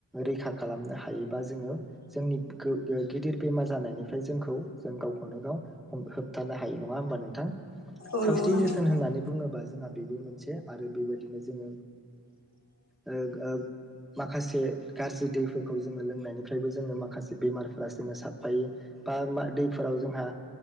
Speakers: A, in the centre; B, on the left.
A: रैखा खालामनो हायोबा जोङो जोंनि गो गिदिर बेमार जानायनिफ्राय जोंखौ जों गावखौनो गाव हम होबथानो हायो नङा होमबा नोंथां।
B: औ
A: सावस्रि
B: नंगौ औ नंगौ नोंथां
A: जोथोन होननानै बुङो बा जोंहा बेबो मोनसे। आरो बेबायदिनो जोङो ओ ओ माखासे गाज्रि दैफोरखौ जोङो लोंनायनिफ्रायबो जोङो माखासे बेमारफोरा जोङो साबफायो बा दैफोराव जोंहा